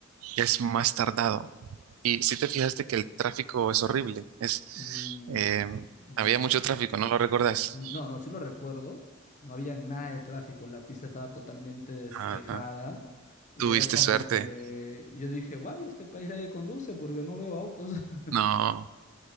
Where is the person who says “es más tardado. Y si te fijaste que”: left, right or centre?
Right